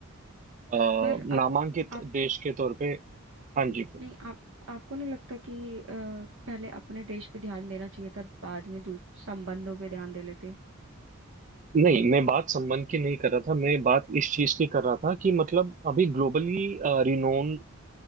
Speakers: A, on the right; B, on the right.
A: अ,
B: पर आप
A: नामांकित
B: आप
A: देश के तौर पे हाँ जी
B: नहीं आप आपको नहीं लगता कि अ, पहले अपने देश पे ध्यान देना चाहिए था बाद में दूस- संबंधों पे ध्यान दे लेते
A: नहीं मैं बात संबंध की नहीं कर रहा था मैं बात इस चीज की कर रहा था कि मतलब अभी ग्लोबली रिनोन